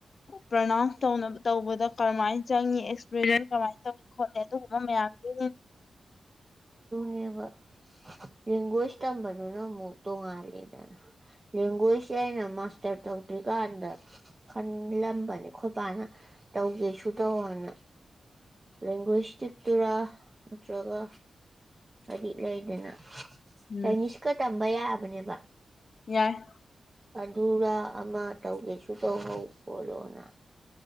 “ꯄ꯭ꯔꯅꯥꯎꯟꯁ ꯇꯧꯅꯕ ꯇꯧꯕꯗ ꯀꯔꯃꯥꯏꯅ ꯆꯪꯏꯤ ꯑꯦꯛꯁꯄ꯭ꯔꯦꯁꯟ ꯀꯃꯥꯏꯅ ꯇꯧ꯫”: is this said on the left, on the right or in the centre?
Left